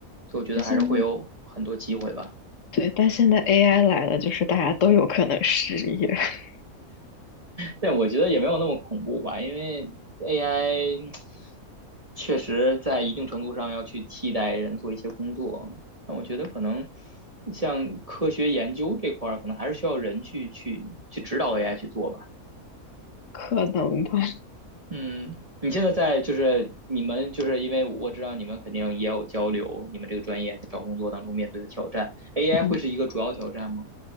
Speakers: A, on the right; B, on the left.
A: 所以我觉得还是会有很多机会吧。
B: 那现在。对，但现在 AI 来了，就是大家都有可能失业，<laughs>
A: 但我觉得也没有那么恐怖吧，因为 AI 确实在一定程度上要去替代人做一些工作，但我觉得可能像科学研究这块儿，可能还是需要人去去去指导 AI 去做吧。
B: 可能吧？
A: 嗯，你现在在就是你们就是因为我知道你们肯定也有交流，你们这个专业在找工作当中面对的挑战，AI
B: 嗯，
A: 会是一个主要挑战吗？